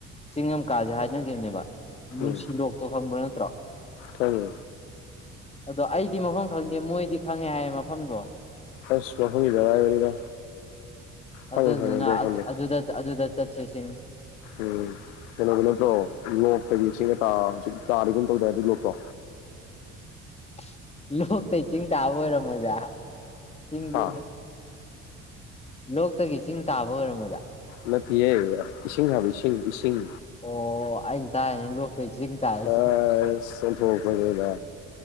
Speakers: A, on the left; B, on the left.
A: ꯆꯤꯡꯉꯝꯀꯥꯁꯦ ꯍꯥꯏꯅꯈꯤꯕꯅꯦꯕ ꯅꯨꯡꯁꯤ
B: ꯎꯝ
A: ꯂꯣꯛꯇꯣ ꯈꯪꯕ ꯅꯠꯇ꯭ꯔꯣ
B: ꯈꯪꯉꯦ
A: ꯑꯗꯣ ꯑꯩꯗꯤ ꯃꯐꯝ ꯈꯪꯗꯦ ꯃꯣꯏꯗꯤ ꯈꯪꯉꯦ ꯍꯥꯏꯌꯦ ꯃꯐꯝꯗꯣ
B: ꯑꯁ ꯃꯐꯝꯒꯤꯗꯤ ꯑꯔꯥꯏꯕꯅꯤꯗ ꯈꯪꯉꯦ
A: ꯑꯗꯨꯗꯨꯅ
B: ꯈꯪꯉꯦ ꯃꯐꯝꯗꯣ
A: ꯑꯗꯨ ꯑꯗꯨꯗ ꯑꯗꯨꯗ ꯆꯠꯁꯦ ꯁꯤꯅꯤ
B: ꯎꯝ ꯀꯩꯅꯣꯗꯨ ꯅꯠꯇ꯭ꯔꯣ ꯆꯤꯡꯂꯛꯇꯒꯤ ꯏꯁꯤꯡꯒ ꯇꯥ ꯇꯥꯔꯤꯒꯨꯝ ꯇꯧꯗꯥꯏ ꯑꯗꯨ ꯂꯣꯛꯇꯣ
A: <inaudible> ꯂꯣꯛꯇꯒꯤ ꯆꯤꯡ ꯇꯥꯕ ꯑꯣꯏꯔꯝꯃꯣꯏꯗ ꯆꯤꯡꯗꯒꯤ
B: ꯍꯥ
A: ꯂꯣꯛꯇꯒꯤ ꯆꯤꯡ ꯇꯥꯕ ꯑꯣꯏꯔꯝꯃꯣꯏꯗ
B: ꯅꯇꯤꯌꯦ ꯏꯁꯤꯡ ꯍꯥꯏꯕ ꯏꯁꯤꯡ ꯏꯁꯤꯡ
A: ꯑꯣ ꯑꯩꯅ ꯇꯥꯏꯔꯤꯁꯤꯅ ꯂꯣꯛꯇꯒꯤ ꯆꯤꯡ ꯇꯥꯔꯦ
B: ꯑꯁ
A: ꯁꯤꯅꯤ
B: ꯑꯣꯟꯊꯣꯛꯄꯅꯤꯗ